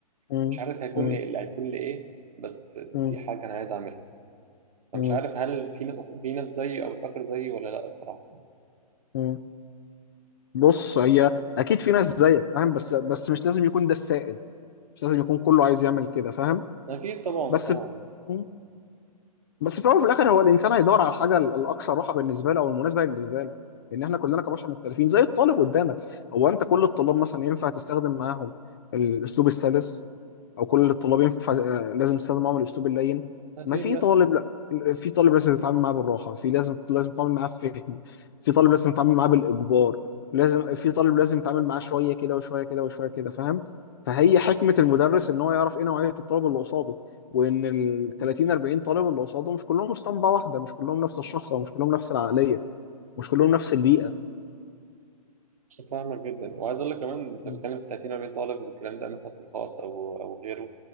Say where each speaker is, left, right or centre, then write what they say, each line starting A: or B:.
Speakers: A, on the left; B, on the right.
A: م-
B: مش عارف هيكون
A: م-
B: ايه اللي هيكون لي ايه بس دي
A: م-
B: حاجه انا عايز اعملها فمش
A: م-
B: عارف هل في ناس أص- في ناس زيي او بتفكر زيي ولا لا الصراحه
A: م- بص هي اكيد في ناس زيك فاهم بس بس مش لازم يكون ده السائد مش لازم يكون كله عايز يعمل كده فاهم
B: اكيد طبعا
A: بس
B: طبعا
A: مم. بس في الاول وفي الاخر هو الانسان هيدور على الحاجه ال- الاكثر راحه بالنسبه له او المناسبه بالنسبه له ان احنا كلنا كبشر مختلفين زي الطالب قدامك هو انت كل الطلاب مثلا ينفع تستخدم معاهم الاسلوب السلس او كل الطلاب ينفع آه، لازم تستخدم معاهم الاسلوب اللين
B: اكيد
A: ما في
B: لا
A: طالب لا في طالب لازم تتعامل معاه بالراحه في لازم لازم تتعامل معاه بفهم في طالب لازم تتعامل معاه بالاجبار لازم في طالب لازم تتعامل معاه شويه كده وشويه كده وشويه كده فاهم فهي حكمه المدرس ان هو يعرف ايه نوعيه الطالب اللي قصاده وان ال 30 40 طالب اللي قصاده مش كلهم اسطمبه واحده مش كلهم نفس الشخص او مش كلهم نفس العقليه مش كلهم نفس البيئه
B: فاهمك جدا وعايز اقول لك كمان انت
A: م-
B: بتتكلم في 30 40 طالب الكلام ده مثلا في الخاص او او غيره